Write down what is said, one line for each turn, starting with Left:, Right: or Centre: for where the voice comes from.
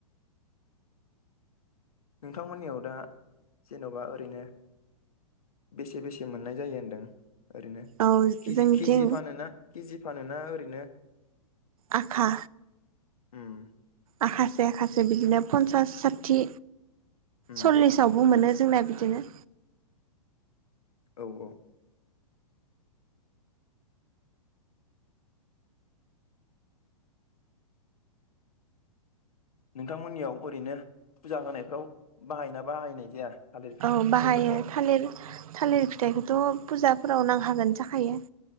Left: नोंथांमोननियाव दा जेन'बा ओरैनो बेसे बेसे मोननाय जायो होनदों? ओरैनो
Right: औ
Left: केजि
Right: जोंनिथिं
Left: केजि फानोना केजि फानोना ओरैनो?
Right: आहा
Left: उम।
Right: आखासे आसे बिदिनो पन्सास साथि
Left: उम
Right: सल्लिसावबो मोनो। जोंना बिदिनो।
Left: औ औ। नोंथांमोननियाव ओरैनो फुजा होनायफ्राव बाहायना बाहायनाय जाया? थालिर फिथाइफोरखौ
Right: औ बाहायो थालिर थालिर फिथाइखौथ' फुजाफोराव नां हागोन जाखायो।